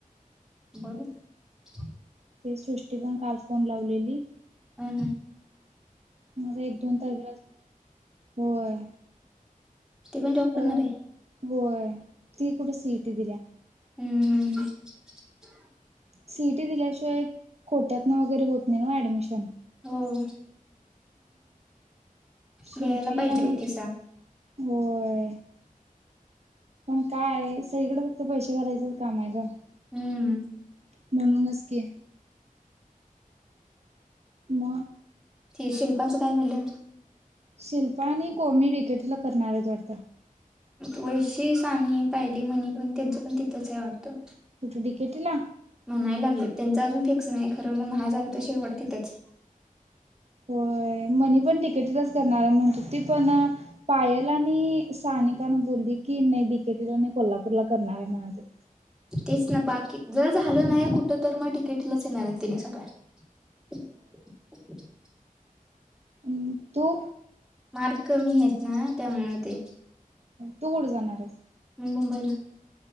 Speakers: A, in the centre; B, on the right (about 45°).
A: बोल ना
B: ती सृष्टी पण काल फोन लावलेली.
A: हम्म हम्म
B: माझ एक दोन <unintelligible> होय..
A: ती पण जॉब करणार
B: अ
A: आहे
B: होय, ती कुठं सी इ टी दिल्या?
A: हम्म हम्म ह
B: सि इ टी दिल्याशिवाय कोट्यातन वगैरे होत नेनू ॲडमिशन
A: होय..
B: शिल्पी
A: द्यायला पायजे
B: आणि
A: हुतीसा
B: होय.. पण काय सगळीकडं फक्त पैशे घालायचंच काम हाय गं.
A: हम्म
B: <unintelligible> म्हणूनच की, म?
A: ते शिल्पाचं काय झालं?
B: शिल्पा आणि कोमी रिक <unintelligible> ला करणार आहेत वाटतं?
A: वैशी, सानि, पायली मनी पण त्यांचं पण तिथंच हाय वाटतं?
B: कुठे डिकेटीला
A: म्हणाय लागलेत. त्यांच अजून फिक्स नाही खरं म नाय झालं तर
B: मग
A: शेवट तिथंच.
B: होय मनी पण डी के टि लाचं करणार हाय म्हणत हुती ती पण पायल आणि सानिकान बोलली की, नाही डीकेटीला नाही कोल्हापूरला करणार हाय म्हणालतीत.
A: तेच ना! बाकी जर झालं नाही कुठं तर, मग डी के टी लाच येणार आहेत तेणी सगळ्या. <inaudible>
B: हम् तू?
A: मार्क कमी आहेत ना त्यामुळं ते
B: तू कुठं जाणार आहेस?
A: मी मुंबईला